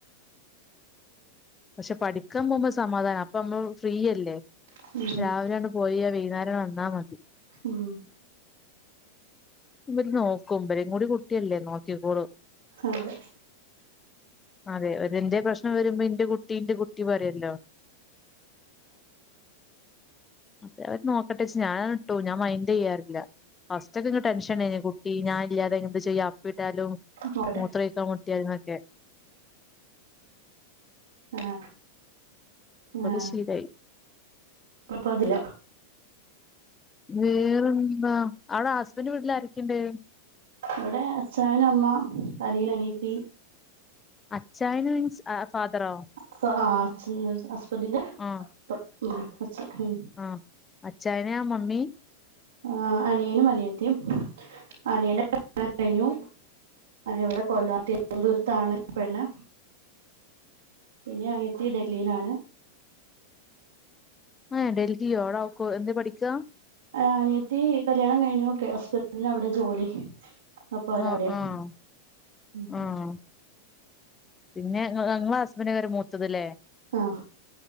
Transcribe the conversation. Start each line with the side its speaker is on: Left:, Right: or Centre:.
Left: പക്ഷെ പഠിക്കാൻ പോകുമ്പോ സമാധാനം അപ്പ നമ്മൾ ഫ്രീയല്ലേ
Right: ആഹ് ഉം
Left: രാവിലെണ്ട് പോയാ വൈന്നേരം വന്നാ മതി
Right: ഉം
Left: ഇവര് നോക്കും ബരിം കൂടി കുട്ടിയല്ലേ നോക്കിക്കോളും
Right: അതെ
Left: അതെ എന്തേ പ്രശ്നം വരുമ്പോ ഇന്റെ കുട്ടി ട്ടീന്റെ കുട്ടി പറയല്ലോ അതെ അവര് നോക്കട്ടെ എന്ന് വച്ച് ഞാൻ അങ് വിട്ടു ഞാൻ മൈൻഡ് ചെയ്യാറില്ല ക്കേ ടെൻഷൻ ഉണ്ടായിനി കുട്ടി ഞാൻ ഇല്ലാതെ എന്ത് ചെയ്യാ അപ്പിട്ടാലും
Right: നോക്കട്ടെ
Left: മൂത്ര ഒഴിക്കാൻ മുട്ടിയാലുന്നൊക്കെ
Right: ആഹ്
Left: അത്
Right: ആഹ്
Left: ശീലായി
Right: പ്പം പ്പത്തില്ല
Left: വേറെന്താ അവിടെ ഹസ്ബൻഡ്ന്റെ വീട്ടിലാരെക്കേണ്ട്
Right: ഇവിടെ അച്ചായൻ അമ്മ അനിയൻ അനിയത്തി
Left: അച്ചായൻ മീൻസ് ഫാദറോ
Right: അഹ് ആഹ് അച്ഛൻ ഹസ്ബന്റിന്റെ
Left: ആഹ്
Right: അപ്പൻ മ് അച്ഛൻ മ്
Left: ആഹ് അച്ചായനാ ആഹ് മമ്മി
Right: ആഹ് അനിയനും അനിയത്തിം അനി കല്യാണം കഴിഞ്ഞു ഇവിടെ കൊല്ലം തിരുവനന്തപുരത്താണ് പെണ്ണ് പിന്നെ അനിയത്തി ഡൽഹിയിലാണ്
Left: ആഹ് ഡൽഹിയോ അവ്ടക്കോ എന്താ പഠിക്ക
Right: അനിയത്തി കല്യാണം കഴിഞ്ഞു ഓക്കെ ഹസ്ബൻഡ്ന് അവിടെ ജോലി അപ്പോ അവര്
Left: ആഹ്
Right: അവിടെയാ
Left: ആഹ്
Right: മ്
Left: ആഹ് പിന്നെ ഇങ്ങളെ ഹസ്ബൻഡേക്കാരം മൂത്തത് ലേ
Right: ആ